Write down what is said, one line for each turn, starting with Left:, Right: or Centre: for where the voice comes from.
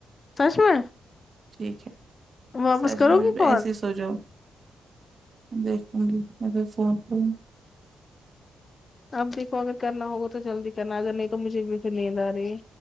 Left: سچ میں
Right: ٹھیک ہے
Left: واپس
Right: سچ
Left: کرو
Right: میںجھ
Left: گی کال
Right: ایسے ہی سوجاؤ دیکھوگی میں پھر فون کروں
Left: اب دیکھو اگر کرنا ہوگا تو جلدی کرنا اگر نہیں تو مجھے بکھر نیند آ رہی ہے